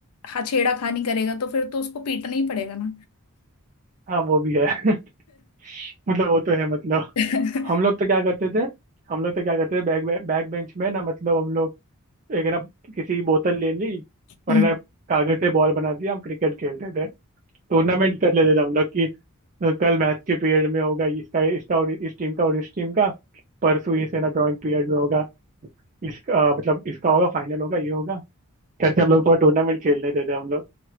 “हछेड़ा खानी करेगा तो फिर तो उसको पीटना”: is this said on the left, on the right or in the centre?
Left